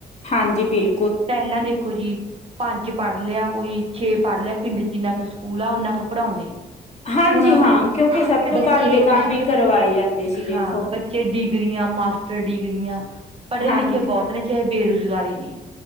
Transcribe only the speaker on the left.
ਹਾਂਜੀ ਬਿਲ
ਹਾਂਜੀ
ਕਿਉਂਕਿ ਸਭ
ਤੋਂ
ਕੰਮ
ਹੀ
ਕਰਵਾਏ ਜਾਂਦੇ ਸੀ ਦੇਖੋ।
ਹਾਂਜੀ,